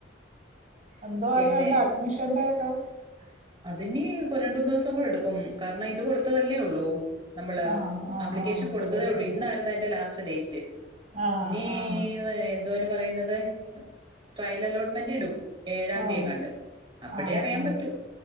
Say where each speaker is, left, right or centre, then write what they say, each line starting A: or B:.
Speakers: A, on the right; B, on the right.
A: എന്തൊആയോ
B: പിന്നെ
A: എന്തോ അഡ്മിഷന്റെ- <unintelligible>
B: അതിനി രണ്ട് മൂന്ന് ദിവസം കൂടി എടുക്കും കാരണം ഇത് കൊടുത്തതല്ലേയുള്ളൂ നമ്മള്
A: ആഹ് ആഹ്
B: ആപ്ലിക്കേഷൻ
A: ആഹ്
B: കൊടുത്തതേയുള്ളൂ
A: ശരി
B: ഇന്നായിരുന്നു അതിന്റെ ലാസ്റ്റ്- ഡേറ്റ്
A: ആഹ്
B: ഇനി
A: ആഹ്
B: എന്തുവാ അതിന് പറയുന്നേ- <unintelligible> ട്രയല് ആലോട്മെന്റടും ഏഴാന്തിയെങ്ങാണ്ട്
A: ആഹ്
B: അപ്പഴേ
A: ആഹ്
B: അറിയാൻ
A: ആഹ്
B: പറ്റൂ